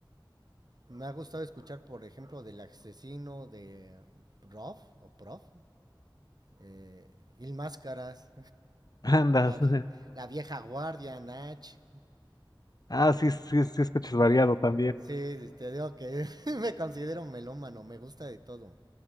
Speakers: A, on the right; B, on the left.
A: Me ha gustado escuchar, por ejemplo, del asesino de Prof o Prof, eh, Il Máscaras,
B: <laughs> Andas.
A: la, vi-
B: <laughs>
A: la vieja guardia, Nach.
B: Ah, sí, sí, sí, escuchas variado también.
A: Sí, te digo que <laughs> me considero melómano, me gusta de todo.